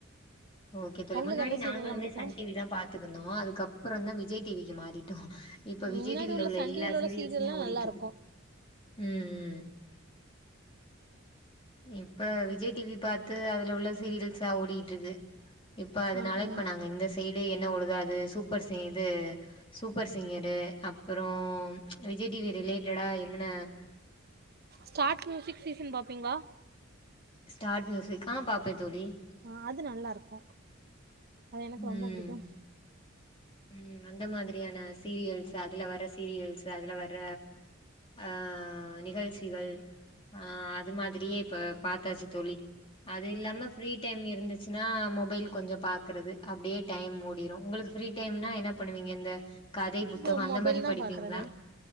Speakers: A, on the left; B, on the right.
A: ஓகே தோழி
B: உங்களுக்கு
A: முன்னாடி
B: என்ன
A: நாங்களுமே
B: சீரியல்லா புடிக்கு
A: சன் டிவி தா பாத்துட்டு இருந்தோ அதுக்கு அப்புறம் தா விஜய் டிவிக்கு மாறிட்டோம் இப்ப விஜய்
B: மின்னாடி
A: டிவில உள்ள
B: சன்
A: எல்லா
B: டிவில
A: சீரியல்சுமே
B: உள்ள சீரியல்லா
A: ஓடிட்டு
B: நல்லாருக்கு
A: இருக்கு ம் உம் இப்ப விஜய் டிவி பாத்து அதுல உள்ள சீரியல்சா ஓடிட்டு இருக்கு இப்ப அதனால
B: ஆ ஆ
A: இப்ப நாங்க இந்த சைடு என்ன ஓடுதோ அது சூப்பர் சேத்து சூப்பர் சிங்கர் அப்புறம் விஜய் டிவி ரிலேட்டடா என்னென்ன
B: ஸ்டார்ட் மியூசிக் சீசன் பாப்பீங்களா
A: ஸ்டார்ட் மியூசிக் ஆ பாப்பே தோழி
B: அ அது நல்லா இருக்கு அது எனக்கு
A: ம்
B: ரொம்ப புடிக்கு
A: ம் அந்த மாதிரியான சீரியல்ஸ் அதுல வர சீரியல்ஸ் அதுல வர ஆஹ் நிகழ்ச்சிகள் ஆ அது மாதிரியே இப்ப பாத்தாச்சு தோழி அது இல்லாம ஃப்ரீ டைம் இருந்துச்சுன்னா மொபைல் கொஞ்சொ பாக்குறது அப்படியே டைம் ஓடிரு உங்களுக்கு ஃப்ரீ ட்டைம்னா என்ன பண்ணுவீங்க இந்த கதை புத்தகொ
B: இப்போ
A: அந்த
B: மொபைல்
A: மாரி
B: தா
A: படிப்பிங்களா
B: பாக்குறது